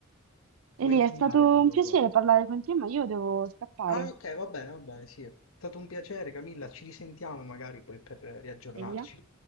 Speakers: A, on the right; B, on the left.
A: Elia,
B: Vuoi insegnare
A: è stato
B: tu
A: un
B: dopo?
A: piacere parlare con te, ma io devo scappare.
B: Ah, ok, va bene, va bene, sì. È stato un piacere, Camilla. Ci risentiamo magari poi per eh, riaggiornarci.
A: Elia?